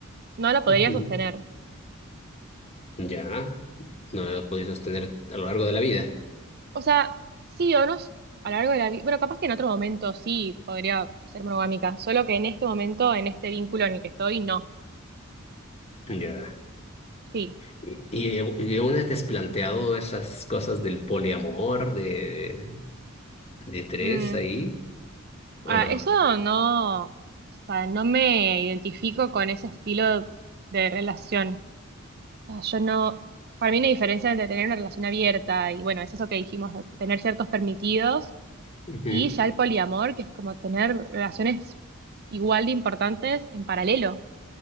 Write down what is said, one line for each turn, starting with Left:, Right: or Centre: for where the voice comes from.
Right: no la podría
Left: Ujú.
Right: sostener.
Left: Ya, no lo he podido sostener a lo largo de la vida.
Right: O sea, sí o no, a lo largo de la vida, bueno, capaz que en otro momento sí podría ser monogámica, solo que en este momento, en este vínculo en el que estoy, no.
Left: Ya.
Right: Sí.
Left: Y, y, y aún te has planteado esas cosas del poliamor, de, de tres
Right: Mm,
Left: ahí, ¿o
Right: Ah,
Left: no?
Right: eso no, o sea, no me identifico con ese estilo de relación. No, yo no, para mí una diferencia entre tener una relación abierta y bueno, es eso que dijimos, de tener ciertos permitidos
Left: Ujú.
Right: y ya el poliamor, que es como tener relaciones igual de importantes en paralelo.